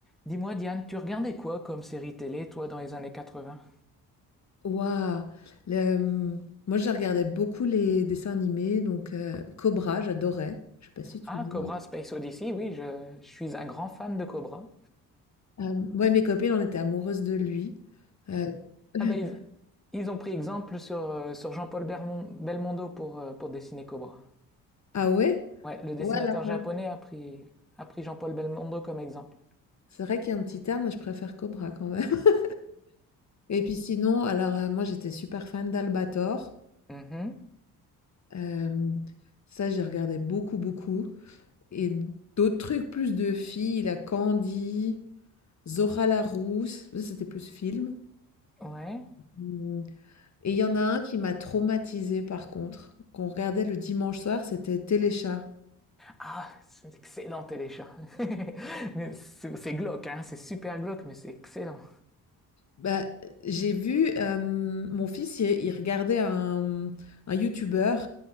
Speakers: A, in the centre; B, on the left (about 35°).
A: Dis-moi, Diane, tu regardais quoi comme série télé, toi, dans les années 80?
B: Waouh! Le, mmh, moi, je regardais beaucoup les dessins animés, donc heu, Cobra, j'adorais. Je sais pas si tu
A: Ah,
B: vois?
A: Cobra Space Odyssey, oui, je, je suis un grand fan de Cobra.
B: Hem, moi et mes copines, on était amoureuses de lui. Heu <laughs>
A: Ah bah, ils, ils ont pris exemple sur, euh, sur Jean-Paul Bermon- Belmondo pour, euh, pour dessiner Cobra.
B: ah ouais?
A: Ouais, le dessinateur
B: Ouais, alors,
A: japonais
B: heu,
A: a pris, a pris Jean-Paul Belmondo comme exemple.
B: c'est vrai qu'il y a un petit terme, mais je préfère Cobra quand même. <laughs> Et puis sinon, alors, heu, moi, j'étais super fan d'Albator.
A: Mhm,
B: Hem, ça, j'ai regardé beaucoup, beaucoup et d'autres trucs plus de filles, la Candy, Zora la Rousse, ça, c'était plus film.
A: ouais.
B: Mmh Et il y en a un qui m'a traumatisée par contre, qu'on regardait le dimanche soir, c'était Téléchat.
A: Ah, c'est excellent, Téléchat. <laughs> Mais C'est c'est glauque, hein, c'est super glauque, mais c'est excellent.
B: Bah, j'ai vu euh, mon fils, il, il regardait un, un YouTuber